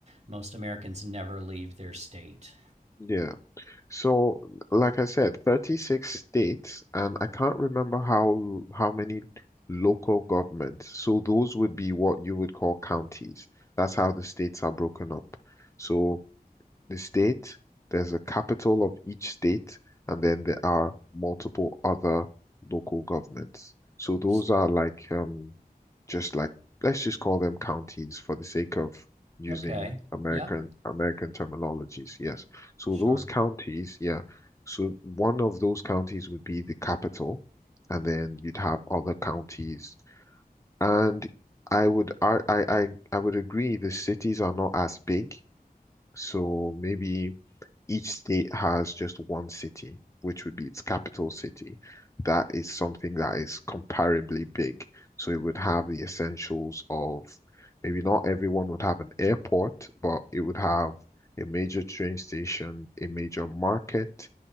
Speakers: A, on the right; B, on the left.
A: most Americans never leave their state.
B: yeah. So, like I said, 36 states, and I can't remember how how many local governments. So those would be what you would call counties. That's how the states are broken up. So the state, there's a capital of each state, and then there are multiple other local governments. So those
A: S-
B: are like um just like let's just call them counties for the sake of using
A: Okay.
B: American
A: Yep.
B: American terminologies. Yes. So
A: Sure.
B: those counties, yeah. So one of those counties would be the capital, and then you'd have other counties. And I would I I I I would agree the cities are not as big. So maybe each state has just one city, which would be its capital city. That is something that is comparably big. So it would have the essentials of maybe not everyone would have an airport, but it would have a major train station, a major market,